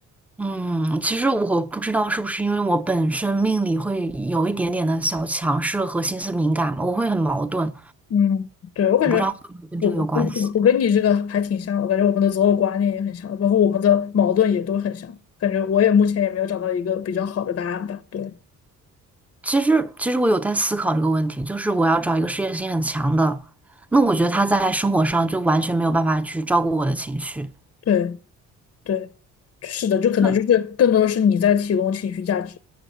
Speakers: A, in the centre; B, on the left.
A: 嗯，其实我不知道是不是因为我本身命里会有一点点的小强势和心思敏感嘛，我会很矛盾，
B: 嗯，对，我感觉
A: 我不知道会不会跟这个有关系。
B: 我我我我跟你这个还挺像的，我感觉我们的择偶观念也很像，包括我们的矛盾也都很像。感觉我也目前也没有找到一个比较好的答案吧。对
A: 其实，其实我有在思考这个问题，就是我要找一个事业心很强的，那我觉得他在生活上就完全没有办法去照顾我的情绪。
B: 对对，是的，就可能就是更多的是你在提供情绪价值。
A: 那